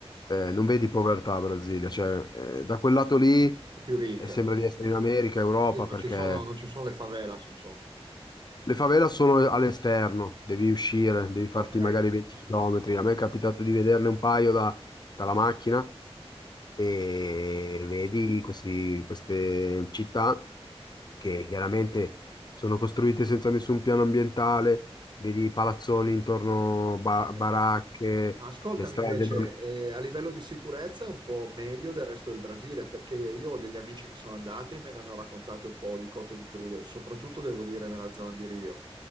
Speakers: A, on the left (about 40°); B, on the right (about 45°).
A: eh, non vedi povertà a Brasilia, cioè, eh, da quel lato lì,
B: È più ricca.
A: eh, sembra di essere in America, Europa,
B: Sì, non
A: perché
B: ci sono, non ci sono le favelas, insomma.
A: le favelas sono all'esterno, devi uscire, devi farti
B: Ok,
A: magari 20 km. A me è capitato di vederne un paio da- dalla macchina e vedi questi- queste città che chiaramente sono costruite senza nessun piano ambientale, vedi palazzoni intorno, ba-
B: certo.
A: baracche,
B: Ma Ascoltami
A: le strade.
B: invece, eh, a livello di sicurezza è un po' meglio del resto del Brasile, perché io ho degli amici che sono andati e me ne hanno raccontate un po' di cotte e di crude, soprattutto devo dire nella zona di Rio.